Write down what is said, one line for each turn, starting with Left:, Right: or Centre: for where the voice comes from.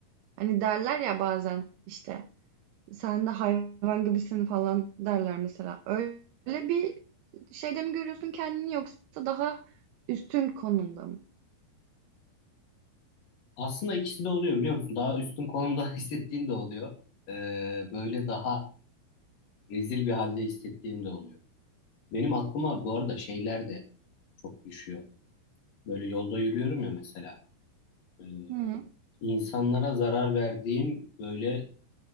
Right: Hani derler ya bazen işte sen de hayvan gibisin falan derler mesela. Öyle bir şeyde mi görüyorsun kendini yoksa daha üstün konumda mı?
Left: Aslında ikisi de oluyor biliyor musun? Daha üstün konumda <laughs> hissettiğim de oluyor. Ee, böyle daha rezil bir halde hissettiğim de oluyor. Benim aklıma bu arada şeyler de çok düşüyor. Böyle yolda yürüyorum ya mesela. Ee,
Right: Hımm.
Left: insanlara zarar verdiğim böyle